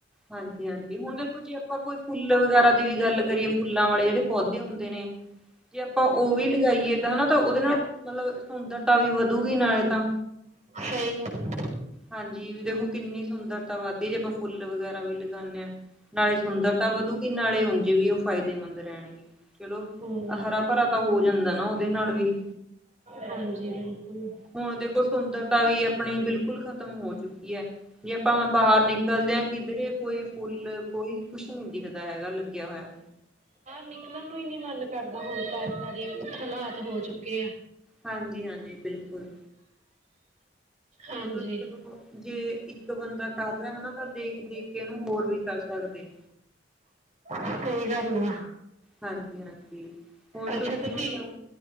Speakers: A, in the centre; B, on the right.
A: ਹਾਂਜੀ-ਹਾਂਜੀ ਹੁਣ ਦੇਖੋ ਜੇ ਆਪਾਂ ਕੋਈ ਫੁੱਲ ਵਗੈਰਾ ਦੀ ਵੀ ਗੱਲ ਕਰੀਏ ਫੁੱਲਾਂ ਵਾਲੇ ਜਿਹੜੇ ਪੌਦੇ ਹੁੰਦੇ ਨੇ ਜੇ ਆਪਾਂ ਉਹ ਵੀ ਲਗਾਈਏ ਤਾਂ ਹਨਾ ਤੁਹਾ ਉਹਦੇ ਨਾਲ ਮਤਲਬ ਸੁੰਦਰਤਾ ਵੀ ਵਧੂਗੀ ਨਾਲੇ ਤਾਂ।
B: ਸਹੀ ਗੱਲ
A: ਹਾਂਜੀ ਵੀ ਦੇਖੋ ਕਿੰਹਨੀ ਸੁੰਦਰ ਤਾ ਵੱਧਦੀ ਜੇ ਆਪਾਂ ਫੁੱਲ ਵਗੈਰਾ ਵੀ ਲਗਾਉਂਨੇਂ ਆਂ ਨਾਲੇ ਸੁੰਦਰਤਾ
B: ਆ
A: ਵਧੂਗੀ
B: ਹਾਂਜੀ
A: ਨਾਲੇ ਉਂਜ ਚ ਵੀ ਉਹ ਫਾਇਦੇਮੰਦ ਰਹਿਣਗੇ। ਚਲੋ
B: ਹੂੰ
A: ਇਹ ਹਰਾ ਭਰਾ ਤਾ ਹੋ ਜਾਂਦਾ ਨਾ ਉਹਦੇ ਨਾਲ ਵੀ।
B: ਹਾਂਜੀ ਬਿਲਕੁਲ।
A: ਹੁਣ ਦੇਖੋ ਸੁੰਦਰ ਤਾ ਵੀ ਆਪਣੀ ਬਿਲ ਕੁਲ ਖਤਮ ਹੋ ਚੁੱਕੀ ਹੈ ਜੇ ਆਪਾਂ ਬਾਹਰ ਨਿਕਲਦੇ ਹਾਂ ਕਿੱਧਰੇ ਕੋਈ ਫੁੱਲ ਕੋਈ ਕੁਸ਼ ਨਹੀਂ ਦਿਖ ਦਾ ਹੈਗਾ ਲੱਗ ਗਿਆ ਹੋਇਆ
B: ਨਿਕਲਨ ਨੂੰ ਹੀ ਨੀ ਮਨ ਕਰਦਾ ਹੁਨ ਤਾ ਇਹਦਾਂ ਦੇ ਹਾਲਾਤ ਹੋ ਚੁੱਕਿਆਂ।
A: ਹਾਂਜੀ-ਹਾਂਜੀ ਬਿਲਕੁਲ
B: ਹਾਂਜੀ।
A: ਮਤਲਬ ਚਲੋ ਜੇ ਇੱਕ ਬੰਦਾ ਕਰ ਰਿਹਾ ਹਨਾ ਤਾ ਦੇਖ-ਦੇਖ ਕੇ ਇਹਨੂੰ ਹੋਰ ਵੀ ਕਰ ਸਕਦੇ ਏਂ।
B: ਸਹੀ ਗੱਲ ਆ
A: ਹਾਂਜੀ-ਹਾਂਜੀ ਹੋਰ
B: ਅੱਛਾ
A: ਤੁਸੀਂ
B: ਤੁਸੀ
A: ਮਤਲਬ